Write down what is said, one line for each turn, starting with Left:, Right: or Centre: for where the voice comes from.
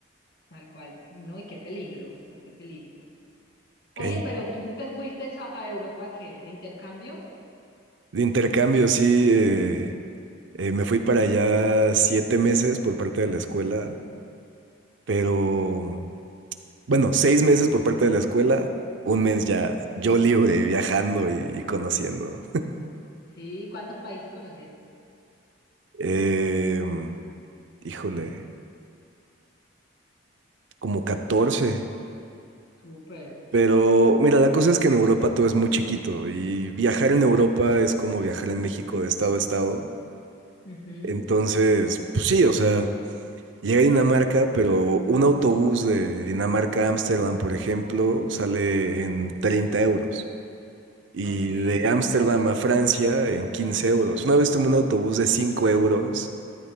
Left: tal cual. No, y qué peligro, o sea, qué peligro. Oye,
Right: caña.
Left: pero tú te fuiste a, a Europa, ¿qué? ¿De intercambio?
Right: De intercambio, sí, eh, eh, me fui para allá siete meses por parte de la escuela, pero... Bueno, seis meses por parte de la escuela, un mes ya yo libre, viajando y, y conociendo.
Left: Sí, ¿cuántos países conociste?
Right: <laughs> Em, híjole, como 14.
Left: Súper.
Right: Pero mira, la cosa es que en Europa todo es muy chiquito y viajar en Europa es como viajar en México de estado a estado.
Left: Ujú,
Right: Entonces, pues sí, o sea, llegué a Dinamarca, pero un autobús de Dinamarca a Ámsterdam, por ejemplo, sale en 30 euros. Y
Left: Ok,
Right: de Ámsterdam a Francia en 15 euros. Una vez tomé un autobús de 5 euros.